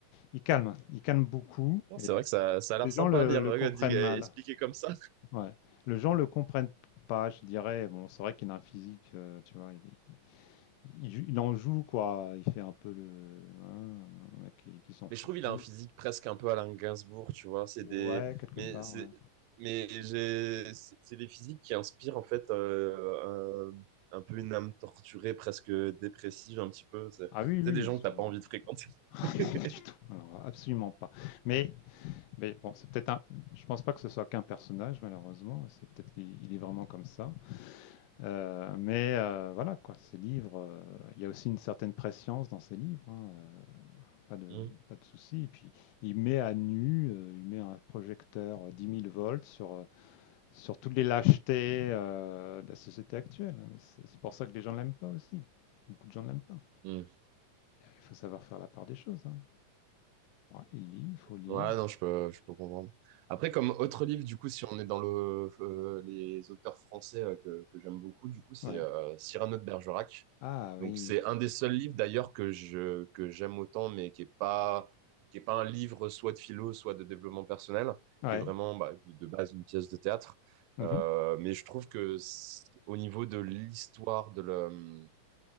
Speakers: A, on the left (about 80°); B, on the right (about 85°).
A: il calme. Il calme beaucoup. Et
B: C'est vrai que ça, ça a l'air
A: les
B: sympa
A: gens le,
B: à lire,
A: le
B: euh,
A: comprennent
B: dit- euh,
A: mal.
B: expliqué comme ça.
A: Ouais. Les gens le comprennent pas, je dirais. Bon, c'est vrai qu'il a un physique, euh, tu vois. Il, il- il il en joue, quoi. Il fait un peu le, hein, un mec qui, qui s'en fout
B: Mais je trouve
A: de
B: il
A: tout.
B: a un physique presque un peu Alain Gainsbourg, tu vois. C'est
A: Ouais,
B: des,
A: quelque
B: mais
A: part,
B: c'est,
A: ouais.
B: mais j'ai, c'est c'est des physiques qui inspirent en fait euh, un, un peu une âme torturée, presque dépressive, un petit peu. C'est
A: Ah oui, oui,
B: c'est des gens
A: ils sont-
B: que t'as pas envie de fréquenter.
A: <laughs> pas
B: <laughs>
A: du tout. Alors, absolument pas. Mais Mais bon, c'est peut-être un. Je pense pas que ce soit qu'un personnage, malheureusement. C'est peut-être qu'il il est vraiment comme ça. Euh, mais euh, voilà, quoi. Ces livres, euh, il y a aussi une certaine prescience dans ces livres. hein, euh, pas de,
B: Mhm.
A: pas de souci. Et puis, il met à nu, euh, il met un projecteur euh, 10 000 volts sur, euh, sur toutes les lâchetés euh, de la société actuelle. hein. C'est c'est pour ça que les gens l'aiment pas aussi. Beaucoup de gens ne l'aiment pas.
B: Mhm.
A: Il faut savoir faire la part des choses. hein. Ouais, il lit, il faut lire.
B: Ouais, non, je peux, je peux comprendre. Après, comme autre livre, du coup, si on est dans le, euh, les auteurs français euh, que, que j'aime beaucoup, du coup, c'est
A: Ouais.
B: euh, Cyrano de Bergerac.
A: Ah oui.
B: Donc, c'est un des seuls livres, d'ailleurs, que je, que j'aime autant, mais qui est pas, qui est pas un livre soit de philo, soit de développement personnel,
A: Ouais.
B: qui est vraiment, bah, de, de base, une pièce de théâtre.
A: Mhm.
B: Euh, mais je trouve que c'est- au niveau de l'histoire, de le,